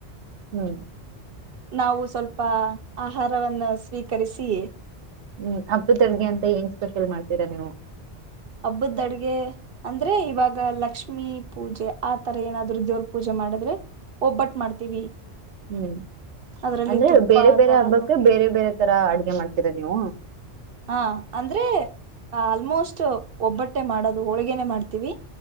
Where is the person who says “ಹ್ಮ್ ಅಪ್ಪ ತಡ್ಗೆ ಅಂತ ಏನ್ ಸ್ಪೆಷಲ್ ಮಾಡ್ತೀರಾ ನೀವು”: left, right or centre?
Right